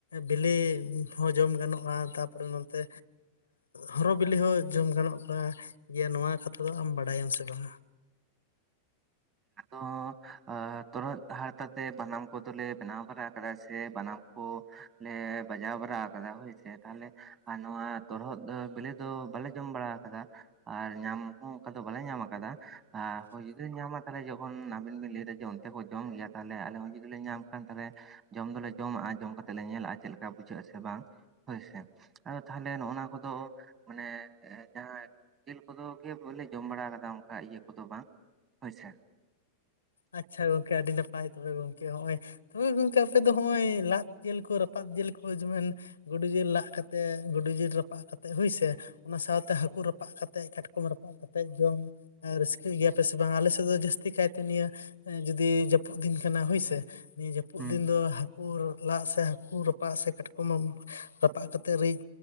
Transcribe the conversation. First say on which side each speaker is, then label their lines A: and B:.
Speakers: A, on the left; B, on the right.
A: ᱵᱤᱞᱤ ᱦᱚᱸ ᱡᱚᱢ ᱜᱟᱱᱚᱜ-ᱟ ᱾ ᱛᱟᱨᱯᱚᱨᱮ ᱱᱚᱱᱚᱛᱮ ᱦᱚᱨᱚ ᱵᱤᱞᱤ ᱦᱚᱸ ᱡᱚᱢ ᱜᱟᱱᱚᱜ ᱠᱟᱱᱟ ᱜᱮᱭᱟ ᱱᱚᱣᱟ ᱠᱟᱛᱷᱟ ᱫᱚ ᱟᱢ ᱵᱟᱰᱟᱭᱟᱢ ᱥᱮ ᱵᱟᱝᱟ?
B: ᱟᱫᱚ ᱟᱸ ᱛᱚᱨᱦ ᱚᱫ ᱦᱟᱨᱛᱟ ᱛᱮ ᱵᱟᱱᱟᱢ ᱠᱚᱫᱚᱞᱮ ᱵᱮᱱᱟᱣ ᱵᱮᱱᱟᱣ ᱟᱠᱟᱫᱟ <unintelligible> ᱥᱮ ᱵᱟᱱᱟᱢ ᱠᱚ ᱞᱮ ᱵᱟᱡᱟᱣ ᱵᱟᱨᱟ ᱟᱠᱟᱫᱟ ᱦᱳᱭᱥᱮ ᱾ ᱛᱟᱦᱞᱮ ᱟᱨ ᱱᱚᱣᱟ ᱛᱚᱨᱦᱚᱫ ᱵᱮᱞᱮ ᱫᱚ ᱵᱟᱞᱮ ᱡᱚᱢ ᱵᱟᱲᱟ ᱟᱠᱟᱫᱟ ᱾ ᱟᱨ ᱧᱟᱢ ᱦᱚᱸ ᱚᱱᱠᱟ ᱫᱚ ᱵᱟᱞᱮ ᱧᱟᱢ ᱟᱠᱟᱫᱟ ᱟ ᱦᱳᱭ ᱡᱩᱫᱤ ᱧᱟᱢ ᱟ ᱛᱟᱦᱞᱮ ᱡᱚᱠᱷᱚᱱ ᱟᱵᱤᱱ ᱵᱤᱱ ᱞᱟᱹᱭ ᱮᱫᱟ ᱡᱮ ᱚᱱᱛᱮ ᱠᱚ ᱡᱚᱢ ᱜᱮᱭᱟ ᱾ ᱛᱟᱦᱚᱞᱮ ᱟᱞᱮ ᱦᱚᱸ ᱡᱩᱫᱤ ᱞᱮ ᱧᱟᱢ ᱠᱷᱟᱱ ᱛᱟᱦᱞᱮ ᱡᱚᱢ ᱫᱚᱞᱮ ᱡᱚᱢᱟᱜ-ᱟ, ᱡᱚᱢ ᱠᱟᱛᱮᱫ ᱞᱮ ᱧᱮᱞᱟᱜ-ᱟ ᱪᱮᱫ ᱞᱮᱠᱟ ᱵᱩᱡᱷᱟᱹᱜ ᱟᱥᱮ ᱵᱟᱝ ᱾ ᱦᱳᱭᱥᱮ, ᱟᱫᱚ ᱛᱟᱦᱞᱮ ᱱᱚᱜ-ᱱᱟ ᱠᱚᱫᱚ ᱢᱟᱱᱮᱻ ᱡᱟᱦᱟᱸ ᱡᱮᱞ ᱠᱚᱫᱚ ᱜᱮ ᱵᱚᱞᱮ ᱡᱚᱢ ᱵᱟᱲᱟ ᱟᱠᱟᱫᱟ ᱚᱝᱠᱟ ᱤᱭᱟᱹ ᱠᱚᱫᱚ ᱵᱟᱝ, ᱦᱳᱭᱥᱮ ᱾
A: ᱟᱪᱪᱷᱟ ᱜᱚᱝᱠᱮ ᱟᱹᱰᱤ ᱱᱟᱯᱟᱭ, ᱛᱚᱵᱮ ᱜᱚᱝᱠᱮ ᱦᱚᱸᱜ-ᱚᱭ ᱛᱚᱵᱮ ᱜᱚᱝᱠᱮ ᱟᱯᱮ ᱫᱚ ᱦᱚᱜ-ᱚᱭ ᱞᱟᱫ ᱡᱮᱞ ᱠᱚ ᱨᱟᱯᱟᱜ ᱡᱮᱞ ᱠᱚ ᱡᱮᱢᱚᱱ ᱜᱩᱰᱩ ᱡᱤᱞ ᱞᱟᱜ ᱠᱟᱛᱮᱫ ᱜᱩᱰᱩ ᱡᱤᱞ ᱨᱟᱯᱟᱜ ᱠᱟᱛᱮᱫ ᱦᱳᱭᱥᱮ ᱾ ᱚᱱᱟ ᱥᱟᱶᱛᱮ ᱦᱟᱹᱠᱩ ᱨᱟᱯᱟᱜ ᱠᱟᱛᱮᱜ ᱠᱟᱴᱠᱚᱢ ᱨᱟᱯᱟᱜ ᱠᱟᱛᱮᱜ ᱡᱚᱢ ᱨᱟᱹᱥᱠᱟᱹᱜ ᱜᱮᱭᱟ ᱯᱮ ᱥᱮ ᱵᱟᱝ ᱟᱞᱮ ᱥᱮᱜ ᱫᱚ ᱡᱟᱹᱥᱛᱤ ᱠᱟᱭᱛᱮ ᱱᱤᱭᱟᱹ ᱡᱩᱫᱤ ᱡᱟᱹᱯᱩᱫ ᱫᱤᱱ ᱠᱟᱱᱟ ᱦᱳᱭᱥᱮ ᱾ ᱱᱤᱭᱟᱹ ᱡᱟᱹᱯᱩᱫ
B: ᱦᱩᱸ
A: ᱫᱤᱱ ᱫᱚ ᱦᱟᱹᱠᱩ ᱞᱟᱜ ᱥᱮ ᱦᱟᱹᱠᱩ ᱨᱟᱯᱟᱜ ᱥᱮ ᱠᱟᱴᱠᱚᱢ <unintelligible> ᱨᱟᱯᱟᱜ ᱠᱟᱛᱮᱫ ᱨᱤᱫ